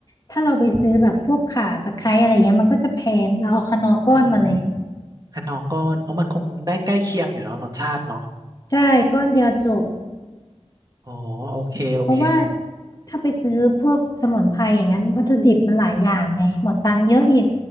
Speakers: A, on the left; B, on the right.
A: ถ้าเราไปซื้อแบบพวกข่าตะไคร้อะไรเงี้ยมันก็จะแพงเราเอาคนอก้อนมาเลย
B: เออ คะนอก้อนเออมันคงได้ใกล้เคียงอยู่เนาะรสชาติเนาะ
A: ใช่ก้อนเดียวจบ
B: อ๋อโอเคโอเค
A: เพราะว่าถ้าไปซื้อพวกสมุนไพรอย่างนั้นวัตถุดิบมันหลายอย่างไงหมดตังค์เยอะอีก